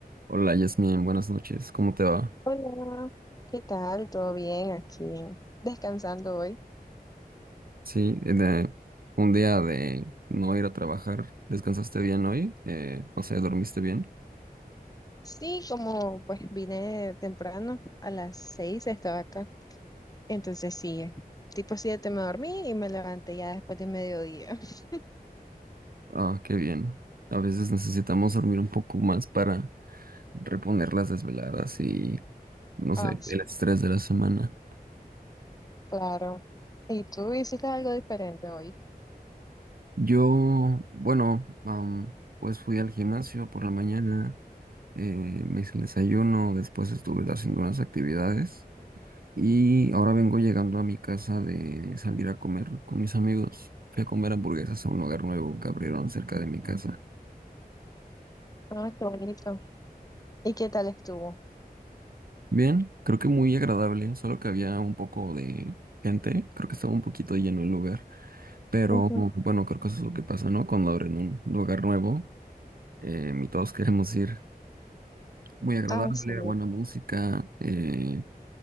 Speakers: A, on the right; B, on the left.
A: Hola Yasmin, buenas noches, ¿cómo te va?
B: Hola, ¿qué tal? ¿Todo bien aquí? Descansando hoy.
A: Sí, eh, de- un día de no ir a trabajar, ¿descansaste bien hoy? Eh, o sea, ¿dormiste bien?
B: Sí, como pues vine temprano, a las seis estaba acá. Entonces sí, eh, tipo siete me dormí y me levanté ya después de mediodía. <laughs>
A: Ah, qué bien. A veces necesitamos dormir un poco más para reponer las desveladas y, no sé,
B: Ah, sí,
A: el estrés de la semana.
B: claro. ¿Y tú hiciste algo diferente hoy?
A: Yo, bueno, am, pues fui al gimnasio por la mañana, eh, me hice el desayuno, después estuve haciendo unas actividades. Y ahora vengo llegando a mi casa de salir a comer con mis amigos. Fui a comer hamburguesas a un lugar nuevo que abrieron cerca de mi casa.
B: Ah, qué bonito. ¿Y qué tal estuvo?
A: Bien, creo que muy agradable, solo que había un poco de gente. Creo que estaba un poquito lleno el lugar. Pero
B: Ujú.
A: bueno, creo que eso es lo que pasa, ¿no? Cuando abren un lugar nuevo, eh, y todos queremos ir. Muy agradable,
B: Ah, sí.
A: buena música. eh,